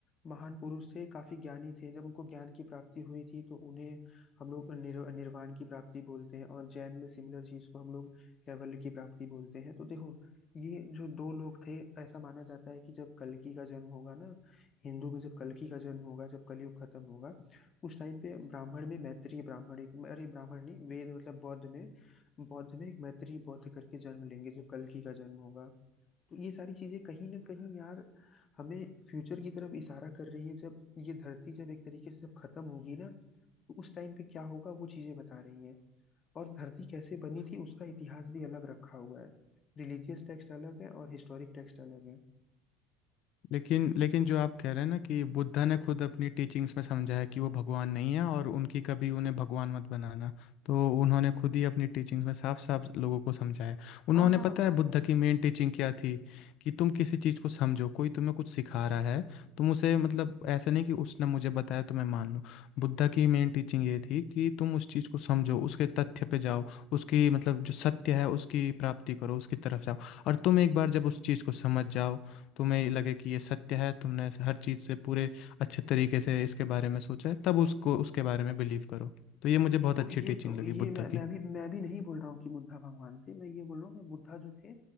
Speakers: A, on the left; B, on the left.
A: महान पुरुष थे काफी ज्ञानी थे जब उनको ज्ञान की प्राप्ति हुई थी तो उन्हें हम लोग निर, निर्वाण की प्राप्ति बोलते हैं और जैन में सिमिलर चीज को हम लोग कैवल्य की प्राप्ति बोलते हैं तो देखो ये जो दो लोग थे ऐसा माना जाता है कि जब कल्कि का जन्म होगा ना हिंदू में जब कल्कि का जन्म होगा जब कलयुग खत्म होगा उस टाइम पे ब्राह्मण में मैत्रेय ब्राह्मण एक अरे ब्राह्मण नहीं वेद मतलब बौद्ध में बौद्ध में एक मैत्रेय बौद्ध करके जन्म लेंगे जब कल्कि का जन्म होगा तो ये सारी चीजें कहीं ना कहीं यार हमें फ्यूचर की तरफ इशारा कर रही है जब ये धरती जब एक तरीके से जब खत्म होगी ना तो उस टाइम पे क्या होगा वो चीजें बता रही हैं और धरती कैसे बनी थी उसका इतिहास भी अलग रखा हुआ है रिलीजियस टेक्स्ट अलग है और हिस्टोरिक टेक्स्ट अलग है
B: लेकिन लेकिन जो आप कह रहे हैं ना कि बुद्धा ने खुद अपनी टीचिंग्स में समझा है कि वो भगवान नहीं है और उनकी कभी उन्हें भगवान मत बनाना तो उन्होंने खुद ही अपनी टीचिंग्स में साफ साफ लोगों को समझाया है। उन्होंने
A: हाँ हाँ
B: पता
A: हाँ
B: है बुद्ध
A: हाँ
B: की मेन टीचिंग क्या थी कि तुम किसी चीज़ को समझो कोई तुम्हें कुछ सिखा रहा है तुम उसे मतलब ऐसा नहीं कि उसने मुझे बताया तो मैं मान लूँ बुद्ध की मेन टीचिंग ये थी कि तुम उस चीज़ को समझो उसके तथ्य पे जाओ उसकी मतलब जो सत्य है उसकी प्राप्ति करो उसकी तरफ जाओ और तुम एक बार जब उस चीज़ को समझ जाओ तुम्हें लगे कि ये सत्य है तुमने हर चीज़ से पूरे अच्छे तरीके से इसके बारे में सोचा है तब उसको उसके बारे में बिलीव करो तो ये मुझे बहुत
A: तो
B: अच्छी
A: ये
B: टीचिंग
A: तो
B: लगी
A: ये
B: बुद्ध
A: मैं
B: की
A: मैं अभी मैं अभी नहीं बोल रहा हूँ कि बुद्धा भगवान थे मैं ये बोल रहा हूँ कि बुद्धा जो थे